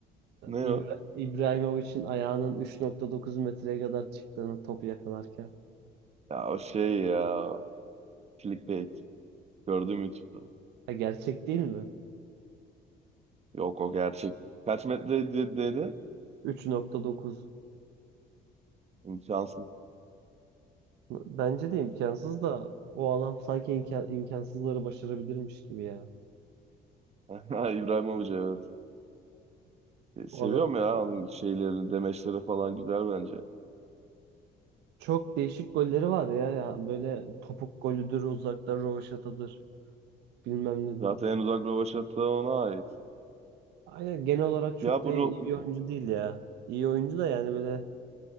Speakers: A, on the right (about 40°); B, on the right (about 80°).
A: Ne
B: İbra
A: o?
B: İbrahimovic'in ayağının 3.9 metreye kadar çıktığını topu yakalarken.
A: Ya o şey ya clickbait. Gördüm YouTube'da.
B: Ha, gerçek değil mi?
A: Yok o gerçek. Kaç metre de- dedin?
B: 3.9.
A: İmkansız.
B: Bence de imkansız da o adam sanki imkan- imkansızları başarabilirmiş gibi ya.
A: <laughs> İbrahimovic evet. E, Seviyorum
B: O adam
A: ya onun şeyleri, demeçleri falan güzel bence.
B: Çok değişik golleri var ya ya böyle topuk golüdür, uzaktan rövaşatadır, bilmem nedir.
A: Zaten en uzak rövaşata ona ait.
B: Aynen genel olarak çok
A: Ya
B: da
A: bu
B: iyi,
A: ro-
B: iyi oyuncu değil ya. İyi oyuncu da yani böyle